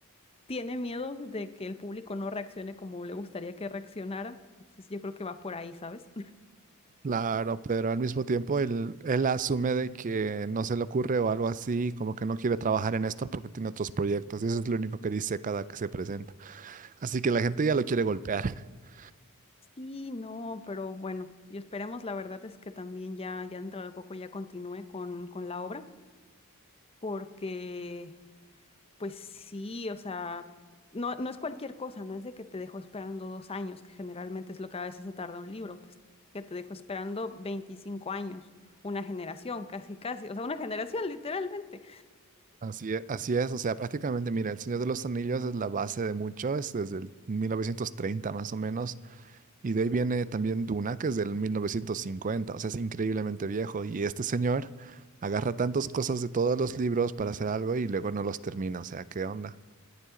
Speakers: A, on the left; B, on the right.
A: tiene miedo de que el público no reaccione como le gustaría que reaccionara. Entonces yo creo que va por ahí, ¿sabes?
B: Claro, pero al mismo tiempo él, él asume de que no se le ocurre o algo así, como que no quiere trabajar en esto porque tiene otros proyectos. Y eso es lo único que dice cada que se presenta. Así que la gente ya lo quiere golpear. <laughs>
A: Sí, no, pero bueno, y esperemos, la verdad es que también ya, ya dentro de poco ya continúe con, con la obra, porque pues sí, o sea, no, no es cualquier cosa, no es de que te dejo esperando dos años, que generalmente es lo que a veces se tarda un libro, es que te dejo esperando 25 años, una generación, casi, casi, o sea, una generación literalmente.
B: Así es, así es, o sea, prácticamente, mira, El Señor de los Anillos es la base de mucho, es desde el 1930 más o menos, y de ahí viene también Duna, que es del 1950, o sea, es increíblemente viejo, y este señor agarra tantas cosas de todos los libros para hacer algo y luego no los termina, o sea, ¿qué onda?